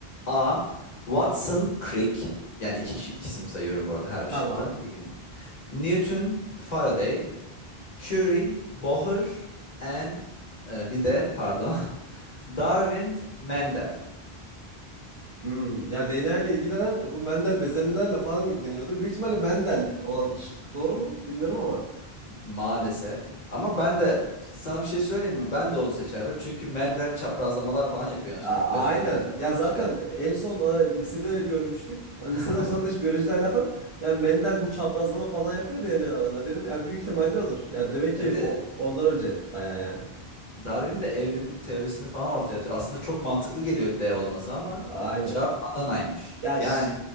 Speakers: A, on the left; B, on the right.
A: A. Watson Crick yani iki kişi- isim sayıyorum bu arada her bir
B: Tamam.
A: şıkta bir gün. Newton, Faraday, Curie, Bohr and e, bir de pardon <laughs> Darwin, Mendel.
B: Hmm, ya DNA ile ilgilenen bu Mendel bezelyelerle falan ilgileniyordu. Büyük ihtimalle Mendel olan şık. Doğru mu? Bilmiyorum ama.
A: Maalesef. Ama ben de sana bir şey söyleyeyim mi? Ben de onu seçerdim. Çünkü Mendel çaprazlamalar falan yapıyor yanlış
B: A-
A: hatırlamıyorum.
B: aynen.
A: Bezelyelerle falan
B: Ya zaten
A: bir şeyler yapıyor.
B: en son a, lisede görmüştük. Hani
A: <laughs>
B: liseden sonra da hiç biyolojiyle alakalı yok. Yani Mendel bu çaprazlama falan yapıyor DNA'larla dedim. Yani büyük ihtimalle odur. Yani demek ki
A: E bir de
B: o- ondan önce baya yani.
A: Darwin de evrim teorisini falan ortaya atıyor. Aslında çok mantıklı geliyor D olması ama
B: Aynen.
A: cevap Adana'ymış.
B: Ya
A: Yani
B: ş-